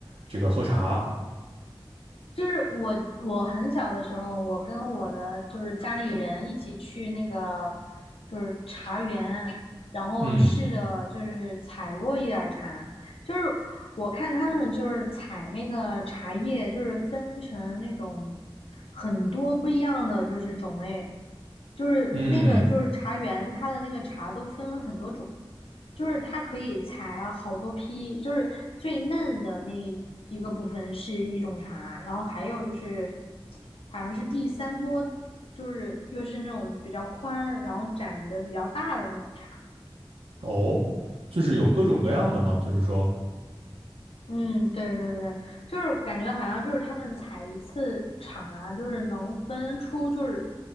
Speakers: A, on the right (about 85°); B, on the left (about 85°).
A: 这个喝茶。
B: 就是我我很小的时候，我跟我的就是家里人一起去那个就是茶园，然后试着就是采过一点儿茶，
A: 嗯
B: 就是我看他们就是采那个茶叶，就是分成那种很多不一样的就是种类，就是那个就是茶园，
A: 嗯，
B: 它的那个茶都分很多种，就是它可以采啊好多批，就是最嫩的那一个部分是一种茶，然后还有就是好像是第三波，就是又是那种比较宽，然后展的比较大的那种茶。
A: 哦，就是有各种各样的嘛，就是说。
B: 嗯，对对对，就是感觉好像就是他们采一次茶，就是能分出就是